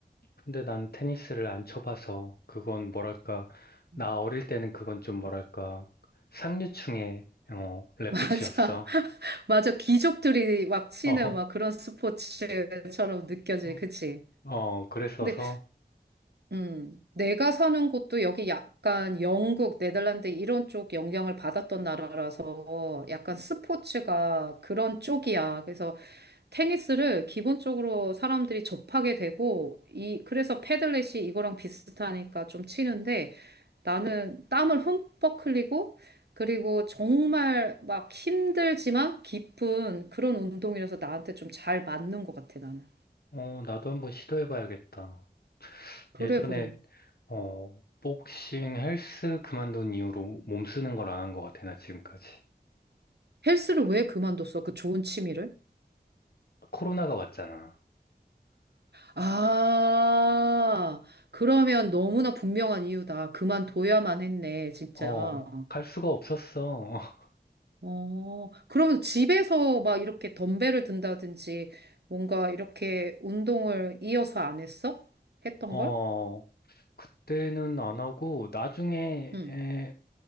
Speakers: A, on the left; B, on the right.
A: 근데 난 테니스를 안 쳐봐서 그건 뭐랄까,
B: 음.
A: 나 어릴 때는 그건 좀 뭐랄까, 상류층의, 어,
B: <laughs>
A: 레포츠였어.
B: 맞아. 맞아. 귀족들이 막 치는
A: 어허.
B: 막 그런 스포츠처럼 느껴지.
A: 어,
B: 그치?
A: 어, 그랬어서,
B: 근데 음, 내가 사는 곳도 여기 약간 영국, 네덜란드 이런 쪽 영향을 받았던 나라라서 약간 스포츠가 그런 쪽이야. 그래서 테니스를 기본적으로 사람들이 접하게 되고, 이, 그래서 패들렛이 이거랑 비슷하니까 좀 치는데 나는 땀을 흠뻑 흘리고, 그리고 정말 막 힘들지만 깊은 그런 운동이라서 나한테 좀 잘 맞는 것 같아, 나는.
A: 어, 나도 한번 시도해봐야겠다.
B: 그래,
A: 예전에
B: 그래.
A: 어, 복싱 헬스 그만둔 이후로 몸 쓰는 걸 안 한 것 같아, 나 지금까지.
B: 헬스를 왜 그만뒀어? 그 좋은 취미를?
A: 코로나가 왔잖아.
B: 아, 그러면 너무나 분명한 이유다. 그만둬야만 했네, 진짜.
A: 어, 갈 수가 없었어. <laughs>
B: 어, 그러면 집에서 막 이렇게 덤벨을 든다든지 뭔가 이렇게 운동을 이어서 안 했어? 했던
A: 어,
B: 걸?
A: 그때는 안 하고, 나중에,
B: 응.
A: 에,